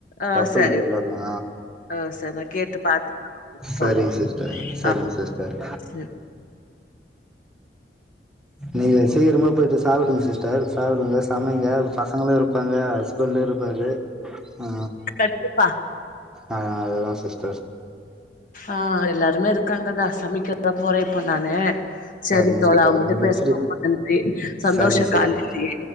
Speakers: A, on the left; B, in the centre.
A: ஆ
B: தப்புல
A: சரி
B: விளலா
A: ஆ சரி நா கேட்டு பாத்துட்டு சொல்றே
B: சரிங்க சிஸ்டர் சரிங்க
A: ஆ
B: சிஸ்டர்
A: சரி
B: நீங்க சீக்கிரமா போயிட்டு சாப்புடுங்க சிஸ்டர் சாப்புடுங்க சமைங்க பசங்களு இருப்பாங்க ஹஸ்பண்ட்டு இருப்பாரு ஆ
A: கண்டிப்பா
B: ஆ அதுதா சிஸ்டர்
A: ஆ எல்லாருமே இருக்காங்கதா சமைக்கிறதா போறே இப்ப நானு செரி
B: சரிங்க
A: தோழா
B: சிஸ்டர்
A: அவங்கிட்ட
B: நீங்க
A: பேசற
B: ஃப்ரீ
A: ரொம்ப நன்றி சந்தோஷ
B: சரிங்க சிஸ்டர்
A: காலிலயே